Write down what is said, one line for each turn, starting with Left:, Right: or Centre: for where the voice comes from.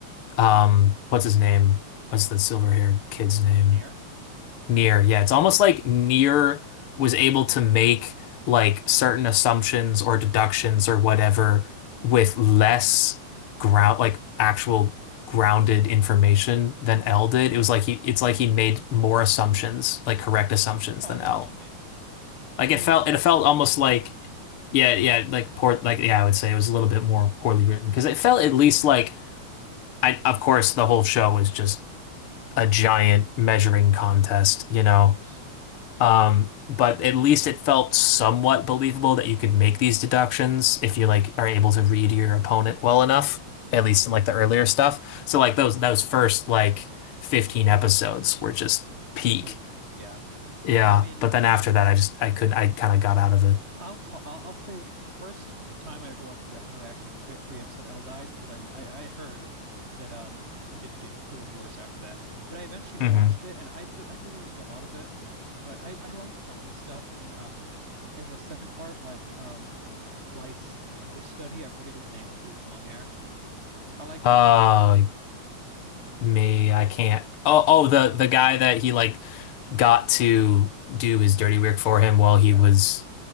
Left: um what's his name? What's the silver haired kid's name?
Right: Near, right?
Left: Near. Yeah, it's almost like Near was able to make like certain assumptions or deductions or whatever with less ground like actual grounded information than L did. It was like he it's like he made more assumptions, like correct assumptions
Right: Oh,
Left: than
Right: I know
Left: L.
Right: what you mean.
Left: Like
Right: It
Left: it
Right: was
Left: felt
Right: just
Left: it felt
Right: poorly
Left: almost
Right: written,
Left: like
Right: of
Left: yeah, yeah, like poor like yeah, I would say it was a little bit more poorly written because it felt at least like I of course the whole show was just a giant measuring contest, you know.
Right: course.
Left: Um, but at least it felt somewhat believable that you could make these deductions if you like are able to read your opponent well enough,
Right: Yeah,
Left: at least in like the earlier stuff. So like those those first like 15 episodes were just peak.
Right: peak. Yeah.
Left: Yeah,
Right: I mean,
Left: but then after that I just I couldn't I kind of got out of it.
Right: I'll ta I'll, I'll say the first time I ever watched Death Note, I actually quit the episode L died because I, I I heard that um it didn't get it was worse after that. But I eventually watched
Left: hmm
Right: it, and I do, I do agree with a lot of it, but I I like some of the stuff in um in the second part, like um Light's understudy. I forget his name, but the dude with long hair. I liked
Left: Uh,
Right: him.
Left: me, I can't. Oh, oh, the the guy that he like got to do his dirty work for him while he
Right: Yeah.
Left: was